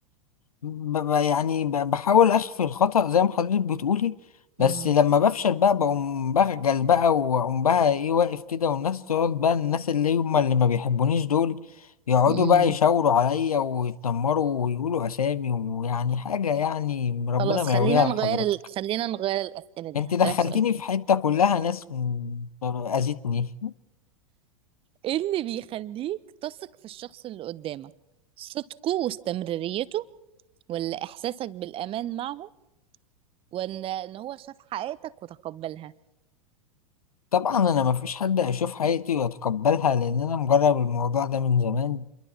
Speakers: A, on the left; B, on the right.
A: ب- ب- يعني ب- بحاول اخفي الخطأ زي ما حضرتك بتقولي بس
B: مم.
A: لما بفشل بقى بقوم بخجل بقى واقوم بقى ايه واقف كده والناس تقعد بقى الناس اللي هم اللي ما بيحبونيش دول يقعدوا
B: مم.
A: بقى يشاوروا عليا ويتنمروا ويقولوا اسامي ويعني حاجة يعني ربنا
B: خلاص
A: ما
B: خلينا
A: يوريها
B: نغير
A: لحضرتك
B: ال... خلينا نغير الأسئلة دي
A: انت
B: هسألك
A: دخلتيني
B: سؤال تاني
A: في حتة كلها ناس م- اذتني
B: ايه اللي بيخليك تثق في الشخص اللي قدامك صدقه واستمراريته ولا احساسك بالامان معه ولا ان هو شاف حقيقتك وتقبلها
A: طبعا انا ما فيش حد هيشوف حياتي ويتقبلها لان انا مجرب الموضوع ده من زمان